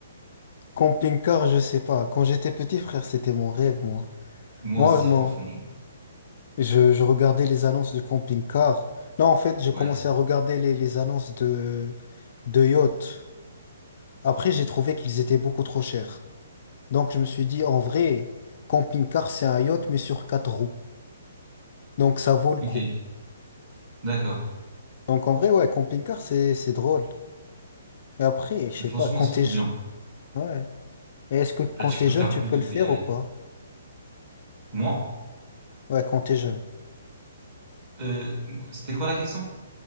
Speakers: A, on the left; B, on the right.
A: Camping-car, je sais pas. Quand j'étais petit, frère, c'était mon rêve, moi.
B: Moi
A: Moi,
B: aussi,
A: moi,
B: franchement.
A: je, je regardais les annonces de camping-car. Non, en fait, je commençais
B: Ouais.
A: à regarder les, les annonces de, de yacht. Après, j'ai trouvé qu'ils étaient beaucoup trop chers. Donc, je me suis dit, en vrai, camping-car, c'est un yacht, mais sur quatre roues. Donc ça vaut le
B: Ok.
A: coup.
B: D'accord.
A: Donc en vrai, ouais, camping-car, c'est c'est drôle. Mais après, je sais
B: Franchement,
A: pas, quand
B: c'est
A: t'es
B: trop
A: je-
B: bien.
A: ouais. Et Est-ce que quand
B: Là, tu
A: t'es
B: peux
A: jeune,
B: faire
A: tu
B: plus
A: peux
B: de
A: le
B: pays
A: faire
B: avec.
A: ou pas?
B: Moi,
A: Ouais, quand t'es jeune.
B: euh, c'était quoi la question?